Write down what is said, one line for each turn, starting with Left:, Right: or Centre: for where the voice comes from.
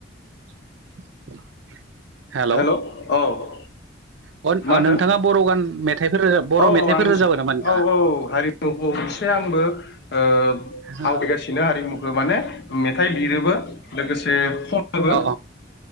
Right: <inaudible> हेलौ
Left: हेल' औ
Right: अ ओ
Left: मा
Right: नोंथाङा
Left: होनदों
Right: बर' गान मेथाइफोर रोजाब बर'
Left: औ
Right: मेथाइफोर
Left: आं
Right: रोजाबो नामा नोंथाङा
Left: औ औ हारिमुखौ एसे आंबो ओ
Right: अ
Left: आवगायगासिनो हारिमुखो माने मेथाइ लिरोबो लोगोसे खनोबो
Right: अ